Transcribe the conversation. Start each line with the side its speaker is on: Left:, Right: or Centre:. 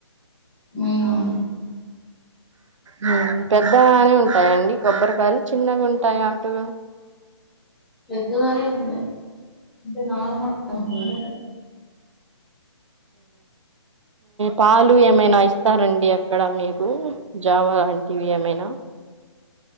Centre: మ్మ్
Right: మ్మ్ పెద్ గానే ఉంటాయండి కొబ్బరికాయలు చిన్నగా ఉంటాయి అటు
Centre: పెద్దగానే ఉన్నాయ్ అంటే నార్మల్ అవునులే
Right: ఉహు, పాలు ఏమైనా ఇస్తారండి అక్కడ మీకు జావా లాంటివి ఏమైనా